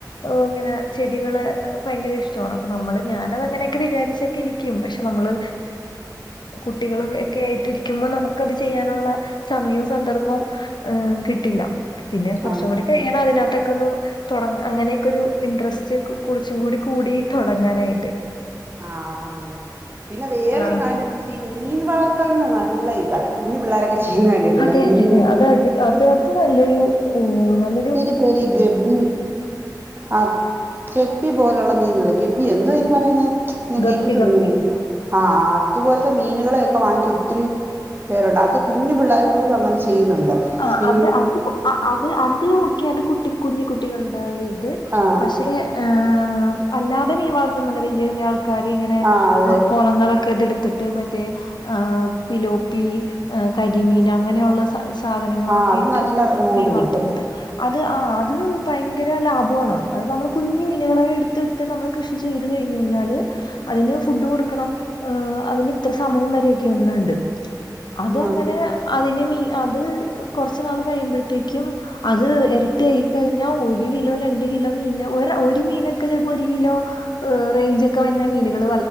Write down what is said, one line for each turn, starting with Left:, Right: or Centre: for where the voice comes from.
Left: ഓ അങ്ങനെ ചെടികള് ഭയങ്കര ഇഷ്ടമാണ്, അപ്പൊ നമ്മള് ഞാനത് അങ്ങനെയൊക്കെ വിചാരിച്ചൊക്കെ ഇരിക്കും. ും പക്ഷെ നമ്മള് കുട്ടികൾ ഒക്കെ ആയിട്ടി ഇരിക്കുമ്പോൾ നമുക്ക്ത് ചെയ്യാനുള്ള സമയവും സന്ദർഭവും കി പിന്നെ കുറച്ച്
Right: ആഹ്
Left: കൂടി കഴിയണം, അതിനകത്തൊക്കെ ഒന്ന് അങ്ങനെയൊക്കെ ഇൻട്രസ്റ്റ് കുറച്ചും കൂടി കൂടി തുടങ്ങാനായിട്ട്.
Right: ആണല്ലേ പിന്നെ വേറൊരു
Left: ആ,
Right: കാര്യം ഈ മീൻ വളർത്ത നല്ല ഇതായി കുഞ്ഞു പിള്ളോരൊക്കെ ചെയ്യുന്ന കണ്ടിട്ടില്ലേ
Left: അതെതെ
Right: മീൻ
Left: അതെ അത് അത് അത് നല്ലൊരു നല്ല
Right: പിരി പേരി ഗബി ആഹ കെബി പോലുള്ള മീനല്ലേ, ഗെബി എന്തോ ഇനി പറയുന്ന ഞാൻ
Left: ഗപ്പി
Right: കേട്ടിട്ടുണ്ടനെ
Left: ഗപ്പി
Right: ആഹ അതുപോലത്തെ മീനുകളെയൊക്കെ വാങ്ങിക്ക ഒത്തിരി പേരുണ്ട് അത് കുഞ്ഞു പിള്ളേർ പോലും അങ്ങനെ ചെയ്യുന്നുണ്ട്.
Left: ആ
Right: പിന്നെ
Left: അത്
Right: ഈ
Left: അത് അത് അത് ഒക്കെ അത് കുട്ടി കുഞ്ഞി കുട്ടികളുടെ ഒരു ഇത്,
Right: ആ
Left: പക്ഷെ ് അല്ലാതെ ഈ വളർത്തണ വലിയ വലിയ ആൾ ക്ക ഇങ്ങനെ്
Right: ആ അതെ
Left: കുളങ്ങളൊക്കെ ഇതെടുത്തിട്ട് മറ്റേ ഏഹ് പിലോപ്പി കരിമീൻ അങ്ങനെ ഒള്ള സാധനങ്ങളൊക്കെ
Right: ആ അത്
Left: ഇട്ട്
Right: നല്ല എമൗണ്ട്
Left: മീൻ വളർത്ത്ണത്
Right: കിട്ടും
Left: അത് ആഹ്‌ അത് ഭയങ്കര ലാഭമാണ് അത് നമ്മള് കുഞ്ഞ് മീനുകളെ എടുത്ത് ഇ നമ്മള് കൃഷി ചെയ്ത് കഴിഞ്ഞ് കഴിഞ്ഞാല് അതിന് ഫുഡ് കൊടുക്കണം ഏഹ് അതിന് ഇത്ര സമയം വരെയൊക്കെന്നുണ്ട് അത്
Right: ഉം
Left: അങ്ങനെ അതിന് മീ അത് കൊറച്ചു നാൾ കഴിയുമ്പോഴത്തേക്കും അത് ഇരട്ടി ആയി കഴിഞ്ഞാ ഒരു കിലോ രണ്ട് കിലോ മീനെ ഒരു മീനൊക്കെ ചിലപ്പോ ഒരു കിലോ റേഞ്ച് ഒക്കെ വന്നെ മീനുകൾ